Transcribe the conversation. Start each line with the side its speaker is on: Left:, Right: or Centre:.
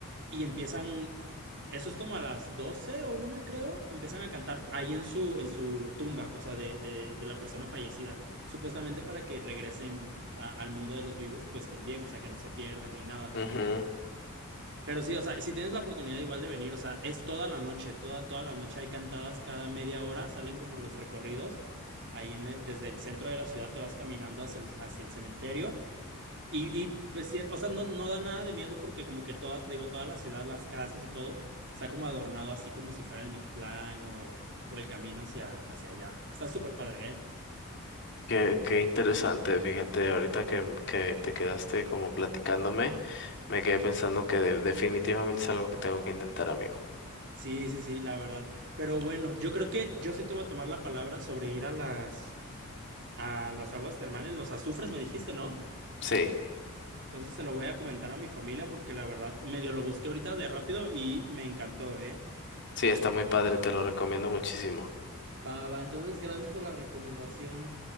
Right: y empiezan, eso es como a las 12 o una creo, empiezan a cantar ahí en su, en su tumba, o sea, de, de de la persona fallecida. Supuestamente para que regresen a- al mundo de los vivos, pues con bien, o sea, que no se pierdan ni nada.
Left: Ujú.
Right: Pero sí, o sea, si tienes la oportunidad igual de venir, o sea, es toda la noche, toda, toda la noche hay cantadas cada media hora, salen como los recorridos. Ahí en e- desde el centro de la ciudad te vas caminando hacia el, hacia el cementerio. Y, y, pues, sí, o sea, no, no da nada de miedo porque como que toda, te digo, toda la ciudad, las casas y todo, está como adornado así como si fuera el Mictlán o, o el camino hacia, hacia allá. Está súper padre, ¿eh?
Left: Qué, qué interesante, fíjate, ahorita que, m- que te quedaste como platicándome, me quedé pensando que de- definitivamente es algo que tengo que intentar, amigo.
Right: Sí, sí, sí, la verdad. Pero bueno, yo creo que yo sí te voy a tomar la palabra sobre ir a las a las aguas termales, los azufres me dijiste, ¿no?
Left: Sí,
Right: Entonces se lo voy a comentar a mi familia porque la verdad medio lo busqué ahorita de rápido y me encantó, ¿eh?
Left: sí, está muy padre, te lo recomiendo muchísimo.
Right: Va, va, entonces gracias por la recomendación.